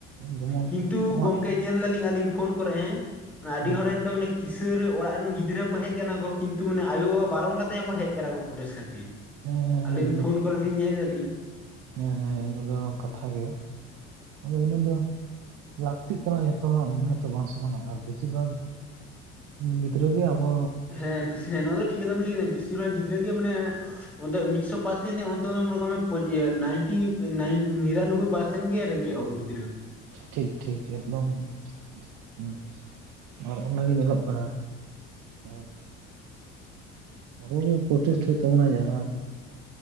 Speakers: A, on the right; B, in the centre.
A: ᱡᱮᱢᱚᱱ
B: ᱠᱤᱱᱛᱩ
A: ᱟᱢᱟᱜ
B: ᱜᱚᱝᱠᱮᱼᱼ ᱧᱮᱞ ᱫᱟᱞᱤᱧ ᱟᱹᱞᱤᱧ ᱯᱷᱳᱱ ᱠᱚᱨᱮ ᱦᱮᱸ, ᱟᱹᱰᱤ
A: ᱦᱮᱸ
B: ᱦᱚᱲ ᱨᱮᱱ ᱫᱚ ᱚᱱᱮᱼᱼ ᱠᱤᱥᱟᱹᱬ ᱚᱲᱟᱜ ᱨᱮᱱ ᱜᱤᱫᱽᱨᱟᱹ ᱠᱚ ᱦᱮᱡ ᱟᱠᱟᱱᱟ ᱠᱚ, ᱠᱤᱱᱛᱩ ᱚᱱᱮ ᱟᱭᱳ ᱵᱟᱵᱟ ᱵᱟᱨᱚᱱ ᱠᱟᱛᱮ ᱦᱚᱸ ᱦᱮᱡ ᱟᱠᱟᱱᱟ ᱠᱚ ᱠᱩᱴᱮᱥ ᱠᱷᱟᱹᱛᱤᱨ
A: ᱦᱮᱸ
B: ᱾
A: ᱦᱮᱸ
B: ᱟᱹᱞᱤᱧ
A: ᱤᱱᱟᱹ
B: ᱯᱷᱳᱱ ᱠᱚᱨᱮ ᱞᱤᱧ ᱧᱮᱞ ᱫᱟᱞᱤᱧᱼᱼ
A: ᱦᱮᱸ ᱦᱮᱸ ᱤᱱᱟᱹ ᱫᱚ ᱠᱟᱛᱷᱟ ᱜᱮ ᱾ ᱟᱫᱚ ᱤᱱᱟᱹ ᱫᱚ, ᱞᱟᱹᱠᱛᱤᱜ ᱠᱟᱱᱟ ᱡᱚᱛᱚ ᱢᱚᱱᱮ ᱛᱚ ᱵᱟᱝ ᱥᱚᱢᱟᱱᱟ ᱟᱨ ᱵᱮᱥᱤᱨ ᱵᱷᱟᱜᱼᱼ ᱜᱤᱫᱽᱨᱟᱹ ᱜᱮ ᱟᱵᱚᱼᱼ
B: ᱦᱮᱸ ᱵᱮᱥᱤ ᱦᱮᱸ ᱱᱚᱣᱟ ᱫᱚ ᱴᱷᱤᱠ ᱠᱟᱛᱷᱟ ᱵᱮᱱ ᱞᱟᱹᱭ ᱠᱮᱫᱟ, ᱵᱮᱥᱤᱨ ᱵᱷᱟᱜᱽ ᱜᱤᱫᱽᱨᱟᱹ ᱜᱮ ᱢᱟᱱᱮᱼᱼ ᱚᱱᱛᱮ ᱢᱤᱜᱥᱚ ᱯᱟᱨᱥᱮᱱ ᱱᱮ ᱚᱱᱛᱮ ᱫᱚ ᱢᱚᱱᱮ ᱠᱟᱜ ᱢᱮ ᱯᱚᱪ ᱤᱭᱟᱹ ᱱᱟᱭᱤᱱᱴᱤ ᱱᱟᱭᱤᱱ ᱱᱤᱨᱟᱱᱚᱵᱚᱭ ᱯᱟᱨᱥᱮᱱᱼᱼ ᱤᱧ ᱜᱮ ᱨᱮᱸᱜᱮᱡ ᱚᱜ ᱜᱤᱫᱽᱨᱟᱹ᱾
A: ᱴᱷᱤᱠ ᱴᱷᱤᱠ ᱮᱠᱫᱚᱢ ᱾ ᱦᱩᱸ ᱟᱨ ᱚᱱᱟ ᱜᱮ ᱧᱮᱞᱚᱜ ᱠᱟᱱᱟ, ᱟᱨᱼᱼ ᱟᱵᱚ ᱜᱮ ᱯᱨᱪᱮᱥᱴ ᱦᱩᱭᱩᱜ ᱛᱟᱵᱚᱱᱟ ᱡᱟᱦᱟᱸ,